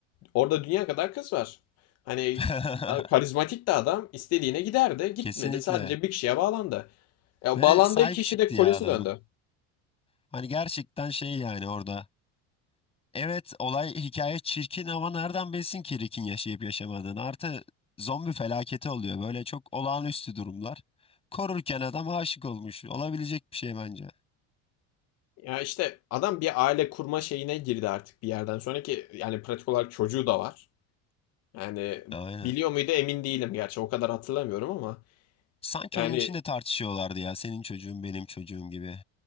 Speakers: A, on the left; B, on the left.
A: Orada dünya kadar kız var. Hani
B: <laughs>
A: karizmatik de adam istediğine giderdi. Gitmedi
B: Kesinlikle.
A: sadece bir kişiye bağlandı. Ya
B: Ve
A: bağlandığı
B: sahip
A: kişi
B: çıktı
A: de
B: ya
A: kocası
B: adam.
A: döndü.
B: Hani gerçekten şey yani orada. Evet olay hikaye çirkin ama nereden bilsin ki Rick'in yaşayıp yaşamadığını. Artı zombi felaketi oluyor. Böyle çok olağanüstü durumlar. Korurken adam aşık olmuş. Olabilecek bir şey bence.
A: Ya işte adam bir aile kurma şeyine girdi artık bir yerden sonraki yani pratik olarak çocuğu da var. Yani
B: Aynen.
A: biliyor muydu emin değilim gerçi o kadar hatırlamıyorum ama
B: Sanki
A: yani
B: onun için de tartışıyorlardı ya. Senin çocuğun benim çocuğum gibi.